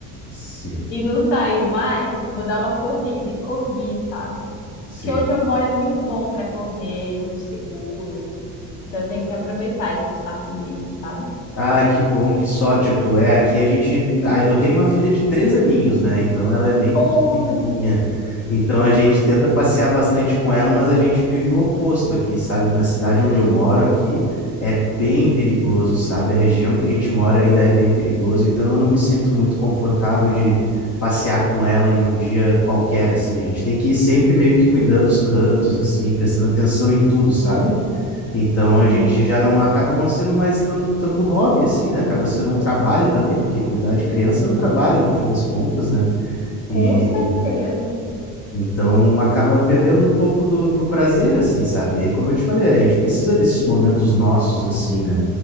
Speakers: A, on the left (about 35°); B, on the left (about 80°).
A: Sim,
B: e não sair mais, eu vou dar uma corrida e corri, sabe?
A: sim.
B: Porque onde eu moro é muito bom para correr, muito seguro. Então eu tenho que aproveitar esse espaço livre, sabe?
A: Ai, que bom, que sorte tu é. Aqui a gente. ah, Eu tenho uma filha de três aninhos, né? Então ela é bem pequenininha.
B: Oh, meu Deus!
A: Então a gente tenta passear bastante com ela, mas a gente vive o oposto aqui, sabe? Na cidade onde eu moro aqui é bem perigoso, sabe? A região que a gente mora
B: Uhum,
A: ainda é bem perigoso, então eu não me sinto muito confortável de passear com ela em um dia qualquer, assim. A gente tem que ir sempre meio que cuidando os cantos, assim, prestando atenção em tudo, sabe? Então
B: Sim,
A: a gente já não acaba não sendo mais tão, tanto hobby assim, né? Acaba sendo um trabalho também, porque cuidar de criança é um trabalho no fim das contas, né?
B: com
A: E
B: certeza.
A: então acaba perdendo um pouco do, do prazer, assim, sabe? E aí, como eu te falei, a gente precisa desses momentos nossos, assim, né?